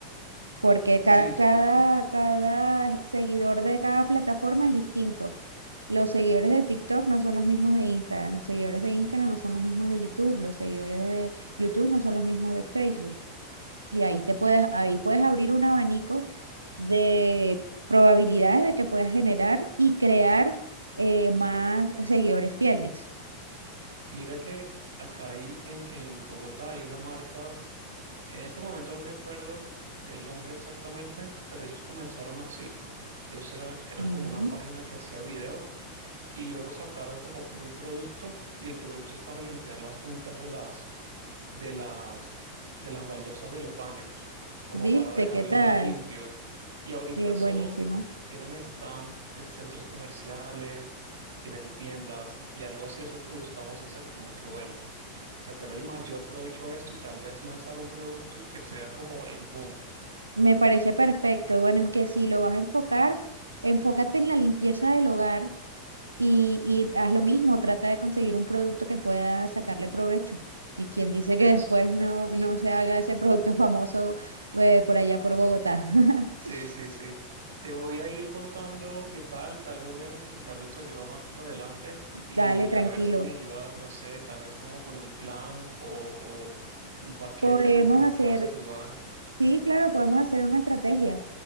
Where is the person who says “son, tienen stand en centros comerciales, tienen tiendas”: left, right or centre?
Right